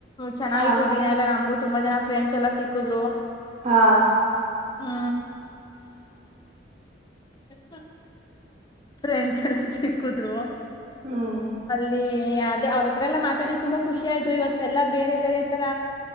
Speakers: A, on the left; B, on the right.
A: ಚೆನ್ನಾಗಿತ್ತು
B: ಹಾ
A: ದಿನ ಎಲ್ಲಾ ನಮಗೂ ತುಂಬಾ ಜನ ಫ್ರೆಂಡ್ಸ್ ಎಲ್ಲ ಸಿಕ್ಕಿದ್ರು
B: ಹಾ
A: ಹ್ಮ ಎ <inaudible> ಫ್ರೆಂಡ್ಸ್ ಎಲ್ಲ ಸಿಕ್ಕುದ್ರು
B: ಹ್ಮ್
A: ಅ ಅದೇ ಅವ್ರ ಹತ್ರ ಎಲ್ಲ ಮಾತಾಡಿದ ತುಂಬಾ ಖುಷಿ ಆಯ್ತು ಇವತ್ತೆಲ್ಲಾ ಬೇರೆ ಬೇರೆ ತರ